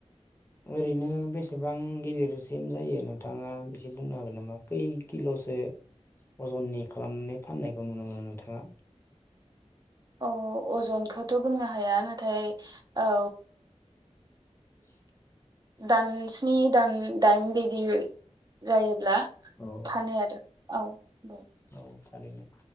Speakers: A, on the left; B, on the right.
A: ओरैनो बेसेबां गिदिरसिम जायो नोंथाङा एसे बुंनो हागोन नामा खै किल' से अजननि खालामनानै फाननायखौ नुनो मोनो नोंथाङा
B: औ अजनखौथ' बुंनो हाया नाथाय औ
A: <inaudible>
B: दान स्नि दान दाइन बिदि जायोब्ला
A: औ
B: फानो आरो औ नंगौ
A: औ थारैनो